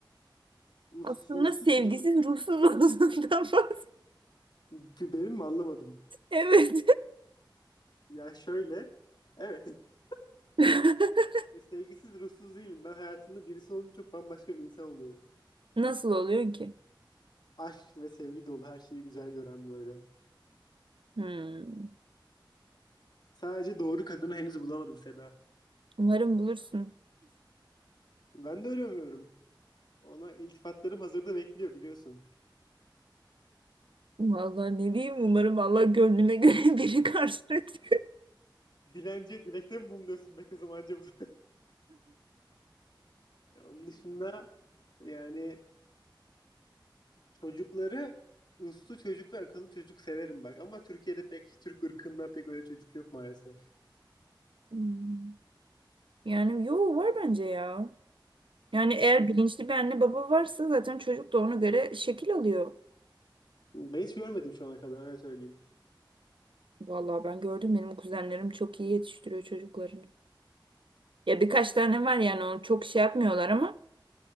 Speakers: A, on the left; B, on the right.
A: uslu,
B: Aslında
A: uslu
B: sevgisiz
A: çocuk
B: ruhsuz olduğundan bahsediyorum. <laughs>
A: bir benim mi anlamadım.
B: Evet.
A: Ya şöyle, evet. <laughs>
B: <laughs>
A: Sevgisiz, ruhsuz değilim. Ben hayatımda birisi olunca çok bambaşka bir insan oluyorum.
B: Nasıl oluyor ki?
A: Aşk ve sevgi dolu, her şeyi güzel gören böyle.
B: Hmm.
A: Sadece doğru kadını henüz bulamadım Seda.
B: Umarım bulursun.
A: Ben de öyle umuyorum. Ona iltifatlarım hazırda bekliyor biliyorsun.
B: Vallahi ne diyeyim umarım Allah gönlüne göre <laughs> biri karşılatır.
A: Dilenciye dilekte mi bulunuyorsun be kızım anca bu <laughs> E, Onun dışında yani çocukları uslu çocuklar, akıllı çocuk severim bak. Ama Türkiye'de pek Türk ırkında pek öyle çocuk yok maalesef.
B: Hmm. <laughs> Yani yo var bence ya. Yani eğer bilinçli bir anne baba varsa zaten çocuk da ona göre şekil alıyor.
A: Ben hiç görmedim şu ana kadar öyle söyleyeyim.
B: Vallahi ben gördüm benim kuzenlerim çok iyi yetiştiriyor çocuklarını. Ya birkaç tane var yani onu çok şey yapmıyorlar ama